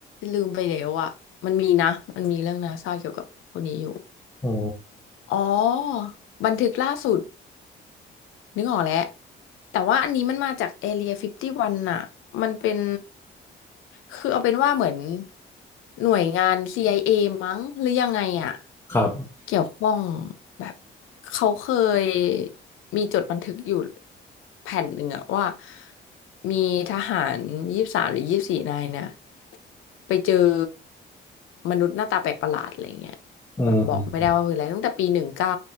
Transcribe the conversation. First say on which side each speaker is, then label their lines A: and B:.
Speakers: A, on the left (about 90°); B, on the left (about 15°).
A: ลืมไปแล้วอ่ะมันมีนะมันมีเรื่องนาซาเกี่ยวกับคนนี้อยู่
B: อ๋อ
A: อ๋อบันทึกล่าสุดนึกออกแล้วแต่ว่าอันนี้มันมาจาก Area 51น่ะมันเป็น คือเอาเป็นว่าเหมือนหน่วยงาน CIA มั้งหรือยังไงอ่ะ
B: ครับ
A: เกี่ยวข้องแบบเขาเคยมีจดบันทึกอยู่แผ่นหนึ่งอะว่ามีทหารยี่สิบสามหรือยี่สิบสี่นายเนี่ยไปเจอมนุษย์หน้าตาแปลกประหลาดอะไรเงี้ย
B: อ
A: แบบบอกไม่ได้ว่าคืออะไรตั้งแต่ปีหนึ่งเก้า